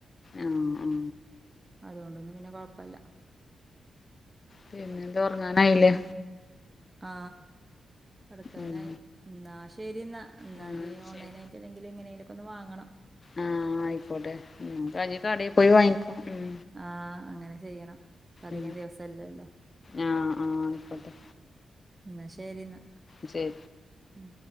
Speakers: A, on the left (about 45°); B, on the right (about 30°).
A: ആ ആ
B: അതുകൊണ്ടൊന്നും പിന്നെ കുഴപ്പല്ല
A: പിന്നെന്താ ഉറങ്ങാനായില്ലേ
B: ആ കെടക്കാനായി
A: ഉം
B: എന്നാ ശരി എന്നാ എന്ന
A: ആ
B: നീ ഓൺലൈനായി
A: ശരി
B: പറ്റുല്ലെങ്കിൽ എങ്ങനെലൊക്കെ ഒന്ന് വാങ്ങണം
A: ആ ആയിക്കോട്ടെ കഴിഞ്ഞ കടയിൽ പോയി വാങ്ങിക്കോ ഉം
B: ആ അങ്ങനെ ചെയ്യണം അധികം
A: ഉം
B: ദിവസല്ലല്ലോ
A: ആ ആ ആയിക്കോട്ടെ
B: എന്ന ശരി എന്നാ
A: ശരി
B: ഉം